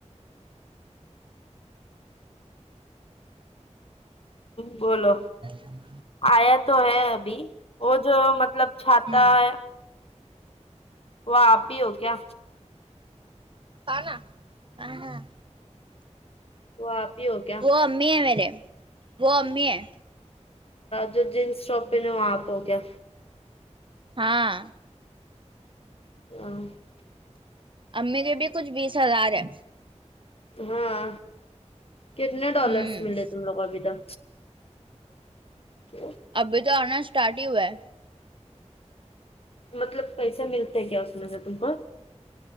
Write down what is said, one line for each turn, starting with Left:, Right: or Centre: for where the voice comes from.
Left: بولو
Right: اچا <unintelligible>
Left: آیا تو ہے ابھی وہ جو مطلب چھاتا
Right: ہوں
Left: ہے وہ آپ ہی ہو کیا
Right: پ ن ہاں <unintelligible>
Left: وہ آپ ہی ہو کیا
Right: وہ امی ہیں میرے وہ امی ہیں
Left: جو جینس شاپ پہ نے وہاں آپ کو کیا
Right: ہاں
Left: <unintelligible>
Right: امی کے بھی کچھ بیس ہزار ہے
Left: ہاں کتنے ڈالرس
Right: ہوں
Left: ملے تم لوگ کو ابھی تک تو
Right: ابھی تو آنا اسٹارٹ ہی ہوا ہے
Left: مطلب پیسے ملتے کیا اس میں سے تم کو